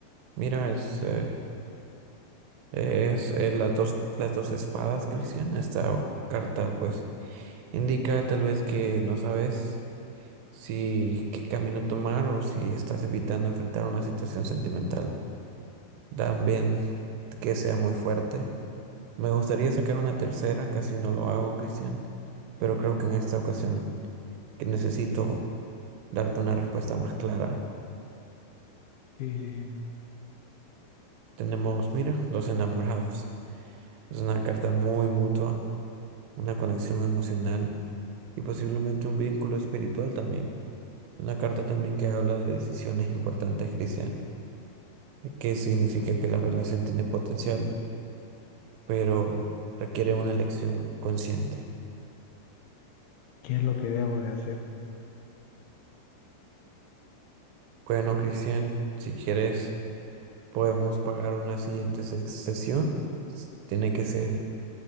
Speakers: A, on the right; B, on the left.
A: mira, es, eh, es eh, las dos, las dos espadas, Cristian, esta carta pues indica tal vez que no sabes. si qué camino tomar o si estás evitando enfrentar una situación sentimental. También que sea muy fuerte. Me gustaría sacar una tercera, casi no lo hago, Cristian, pero creo que en esta ocasión que necesito darte una respuesta más clara.
B: Sí, sí.
A: Tenemos, mira, dos enamorados. Es una carta muy mutua, una conexión emocional y posiblemente un vínculo espiritual también. Una carta también que habla de decisiones importantes, Cristian. que significa que la relación tiene potencial, pero requiere una elección consciente.
B: ¿Qué es lo que debo de hacer?
A: Bueno, Cristian, si quieres, podemos pagar una siguiente se- sesión. S- Tiene que ser